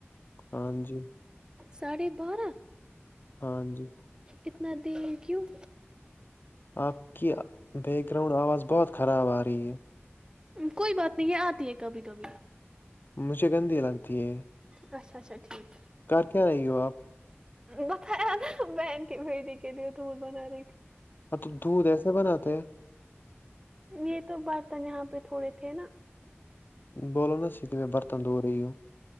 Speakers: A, on the left; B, on the right.
A: ہاں جی
B: ساھے بارہ
A: ہاں جی
B: اتنا دیر کیوں
A: آ کہہ بییک گرؤنڈ آواز بہت خراب آ رہ یہ
B: کوئی بات نہیں ہے آتی ہے کبھی کبھی
A: مجھے گندی لگتی ہے
B: اچا اچا ٹھیک
A: کر کیا رہی ہو آپ
B: بتایا نا بہن کی بیٹی کے لیے دھول بنا رہی تھی
A: ہاں تو دودھ ایسے بناتے ہیں
B: یہ تو برتن یہاں پہ تھوڑے تھے نا
A: بولو نا سیدھے میں برتن دھو رہی ہوں